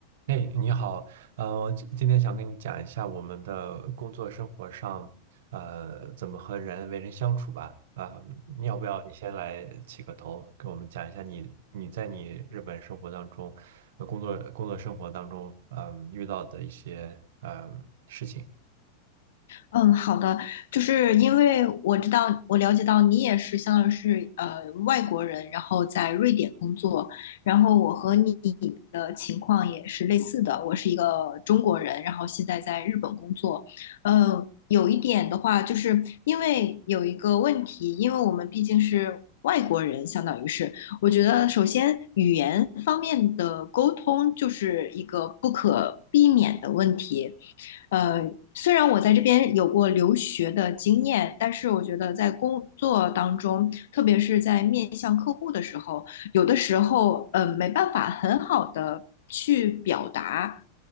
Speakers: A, on the right; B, on the left.
A: 嘿，你好，呃，今今天想跟你讲一下我们的工作生活上，呃，怎么和人为人相处吧。啊、你要不要你先来起个头，给我们讲一下你你在你日本生活当中，呃，工作工作生活当中，嗯、遇到的一些嗯、呃事情。
B: 嗯，好的，就是因为我知道，我了解到你也是相当于是呃外国人，然后在瑞典工作，然后我和你的情况也是类似的，我是一个中国人，然后现在在日本工作，呃，有一点的话，就是因为有一个问题，因为我们毕竟是外国人，相当于是，我觉得首先语言方面的沟通就是一个不可避免的问题。呃，虽然我在这边有过留学的经验，但是我觉得在工作当中，特别是在面向客户的时候，有的时候呃没办法很好的去表达。